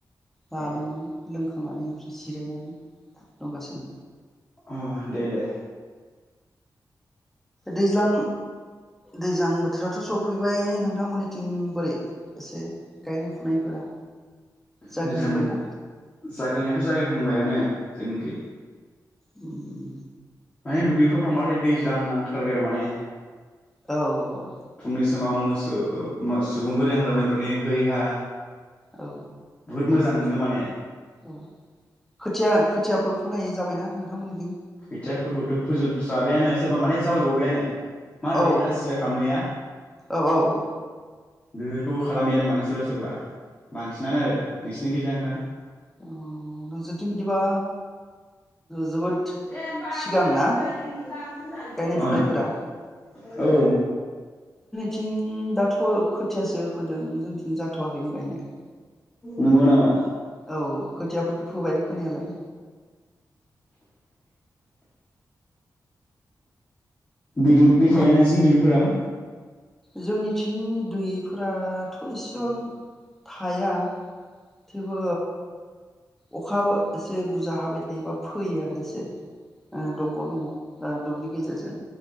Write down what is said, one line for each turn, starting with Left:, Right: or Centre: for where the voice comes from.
Centre: लादोंमोन
Left: अ
Centre: लोंखां <unintelligible> बि जिरायनानै दंगासिनो
Left: अ दे दे।
Centre: दैज्लां दैज्लां बोथोराथ' सफैबाय नों थांमोनिथिं बोरै? एसे गायनाय फुनायफोरा? जागाहांबायना
Left: दैज्लां बोथ जागायनायाथ' जागायहांबायानो जोंनिखै।
Centre: उम उम
Left: माने दुब्लिफ्राव थांबाथाय दैज्लां नांथारबाय आरो माने
Centre: औ औ
Left: फुंनि समाव मोसो ओ मा सुबुंफोरनि हालेवनायफोरनि है हा
Centre: औ
Left: बुहुद मोजां मोनो माने।
Centre: औ खोथिया खोथियाफोर फोनाय जाबायना नोंथां मोनिथिं?
Left: खोथियाफोरखौथ' फोजोबस्राबायानो सोरबा माने जावैबावबायानो। मा होनो
Centre: औ
Left: बे खासिया खालामनाया
Centre: औ औ औ
Left: बेफोरखौबो खालामबायानो माने सोरबा सोरबा बांसिनानो आरो। नोंसिनि खैजा नोंथां?
Centre: अ नोंसोरनिथिं बिदिबा <unintelligible>
Left: दे होमबा आब'
Centre: सिगां
Left: आं
Centre: ना
Left: रायलायनो मोनला ओंखाम जानसै
Centre: गायनाय फुनायफोरा
Left: अ औ
Centre: थिं दाथ' खोथियासो फोदों। जोंथिं जाथ'वाखैनो गायनाया।
Left: नंगौ नामा
Centre: औ खोथियाफोरखौ फोबाय फोनायालाय।
Left: दै दु दै
Centre: हा
Left: थायोना नोंसिनखै दुब्लिफोराव?
Centre: जोंनिथिं दैफोराथ' एसेबां थाया थेबो अखा एसे बुरजा हाबाय थायोबा फैयो आरो एसे ओ दंग' दङ ओ दुब्लि गेजेरजों